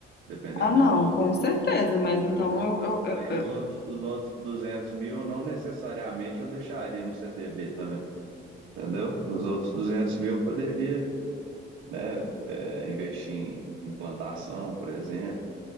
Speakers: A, on the right; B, on the left.
A: dependendo
B: Ah, não,
A: do imóvel,
B: com certeza, mas
A: entendeu?
B: então eu, eu, eu-
A: Aí
B: eu-
A: os outros, os outros 200 mil, não necessariamente eu deixaria no CDB também, entendeu? Os outros 200 mil eu poderia né? É, investir em, em plantação, por exemplo.